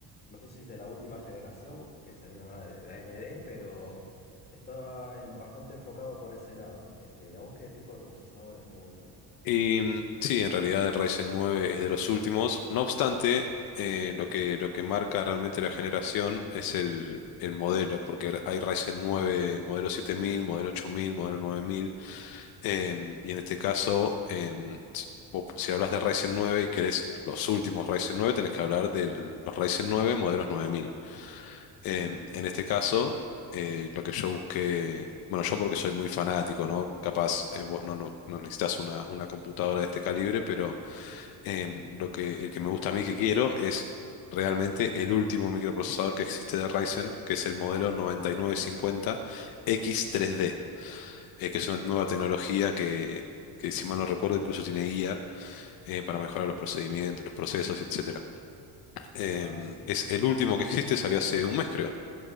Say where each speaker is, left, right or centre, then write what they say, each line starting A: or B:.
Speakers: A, on the left; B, on the left.
A: no sé si es de la última generación que salieron ah, de, de AMD, pero está en- bastante enfocado por ese lado. Este, ¿y a vos qué tipo de procesadores te gustan?
B: Y mm, sí, en realidad el Ryzen 9 es de los últimos. No obstante, eh, lo que, lo que marca realmente la generación es el, el modelo, porque hay Ryzen 9 modelo 7000, modelo 8000, modelo 9000. Em, y en este caso, em, si, vos- si hablas de Ryzen 9 y querés los últimos Ryzen 9, tenés que hablar de los Ryzen 9 modelos 9000. Em,
A: Ujú.
B: en este caso, eh, lo que yo busqué, bueno, yo porque soy muy fanático, ¿no? Capaz eh, vos no, no, no necesitas una, una computadora de este calibre, pero em, lo que, el que me gusta a mí que quiero es realmente el último microprocesador que existe de Ryzen, que es el modelo 9950X3D eh, que es una nueva tecnología que, que, si mal no recuerdo, incluso tiene IA eh, para mejorar los procedimientos, los procesos, etcétera. Em,
A: Ah, sí, es-
B: es el
A: no.
B: último que existe, salió hace un mes, creo,